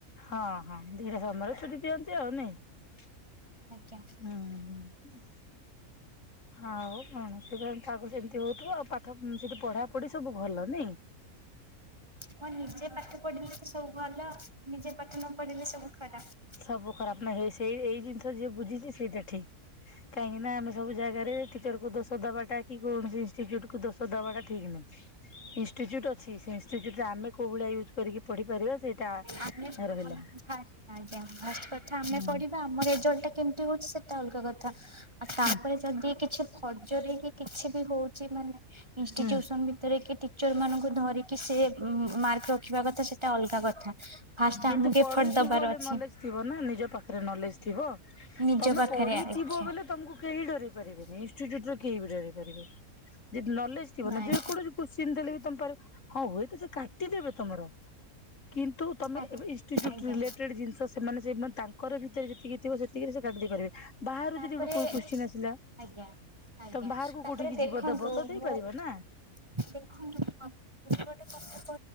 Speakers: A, on the left; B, on the right.
A: ହଁ ହଁ। ଦି ଟା ସମୟରେ ଛୁଟି ଦିଅନ୍ତି ଆଉ ନାଇ।
B: ଆଜ୍ଞା
A: ହୁଁ ହୁଁ। ଆଉ କଣ? ସେ ଯେମିତି ତାକୁ ସେମିତି ହଉଥିବ ଆଉ, ପା ସେଠି ପଢାପଢି ସବୁ ଭଲ ନାଇଁ।
B: ହଁ ନିଜେ ପାଠ ପଢିଲେ ତ ସବୁ ଭଲ, ନିଜେ ପାଠ ନ ପଢିଲେ ସବୁ ଖରାପ।
A: ସବୁ ଖରାପ ନା ହେଇ ସେଇ ଏଇ ଜିନିଷ ଯିଏ ବୁଝିଛି ସେଇଟା ଠିକ୍। କାହିଁକି ନା ଆମେ ସବୁ ଜାଗାରେ ଟି ଟିଚର କୁ ଦୋଷ ଦବାଟା କି କୌଣସି ଇନଷ୍ଟିଚ୍ୟୁଟ କୁ ଦୋଷ ଦବାଟା ଠିକ ନାହିଁ। ଇନଷ୍ଟିଚ୍ୟୁଟ ଅ ଅଛି। ସେ ଇନଷ୍ଟିଚ୍ୟୁଟ୍ ଆମେ କୋଉ ଭଳିଆ ୟୁଜ୍ କରିକି ପଢିପାରିବା ସେଇଟା
B: ଆମେ ଫାଷ୍ଟ
A: ରହିଲା।
B: ଆଜ୍ଞା। ଫାଷ୍ଟ କଥା ଆମେ
A: ହୁଁ
B: ପଢିବା ଆମ ରେଜଲ୍ଟ ଟା କେମିତି ହଉଚି ସେଟା ଅଲଗା କଥା ଆ ତାପରେ
A: ହୁଁ
B: ଯଦି କିଛି ଫର୍ଜରି କି କିଛି ବି ହଉଚି ମାନେ ଇନଷ୍ଟିଚ୍ୟୁସନ
A: ହୁଁ
B: ଭିତରେ କି ଟିଚର ମାନଙ୍କୁ ଧରିକି ସେ ମ ମାର୍କ ରଖିବା କଥା ତ ସେଟା ଅଲଗା କଥା। ଫାଷ୍ଟ
A: କିନ୍ତୁ
B: ଆମକୁ
A: ପଢିଥିବ
B: ଏଫର୍ଟ ଦବାର
A: ହେଲେ
B: ଅଛି
A: ନଲେଜ ଥିବ ନା, ନିଜ ପାଖରେ ନଲେଜ ଥିବ।
B: ନିଜ
A: ତମେ
B: ପାଖରେ
A: ପଢିଥିବ
B: ଆଜ୍ଞା।
A: ବୋଲେ ତମକୁ କେହି ଡରେଇ ପାରିବେନି, ଇନଷ୍ଟିଚ୍ୟୁଟ୍ ରୁ କେହିବି ଡରେଇ ପାରିବେ ଯଦି ନଲେଜ ଥିବ
B: ନାଇଁ
A: ନା ଯେକୌଣସି କୋଚସିନ୍ ଦେଲେ ବି ତମେ ପାରିବ, ହଁ ହୁଏ ତ ସେ କାଟିଦେବେ ତମର। କିନ୍ତୁ ତମେ
B: ଆଜ୍ଞା
A: ଏବେ ଇନଷ୍ଟିଚ୍ୟୁଟ ରିଲେଟେଡ୍ ଜିନିଷ ସେମାନେ ସେ ମା ତାଙ୍କ ଙ୍କର ଭିତରେ ଯେତିକି ଥିବ ସେତିକିରେ ସେ କାଟିଦେଇ ପାରିବେ, ବାହାରୁ
B: ତାପରେ
A: ଯଦି ଗୋଟେ କୋଉ କୋଶ୍ଚିନ୍ ଆସିଲା
B: ଆଜ୍ଞା। ଆଜ୍ଞା
A: ତମେ ବାହାରକୁ
B: ତାପରେ
A: କୋଉଠିକି
B: ଦେଖନ୍ତୁ
A: ଯିବ ଦବ, ତ ଦେଇପାରିବ
B: ମୁଁ
A: ନା।
B: ଦେଖନ୍ତୁ ମ୍ୟାଡାମ ଗୋଟେ ଗୋଟେ କଥା